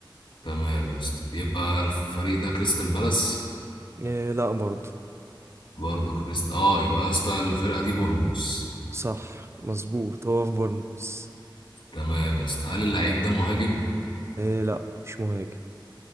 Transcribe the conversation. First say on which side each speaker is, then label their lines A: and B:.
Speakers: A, on the left; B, on the right.
A: تمام يا اسطى يبقى الفريق ده كريستال بالاس
B: إيه لا برضه
A: برضه كريست اه يبقى يا اسطى الفرقه دي بورنموث
B: صح مظبوط هو في بورنموث
A: تمام يا اسطى هل اللعيب ده مهاجم
B: إيه لا مش مهاجم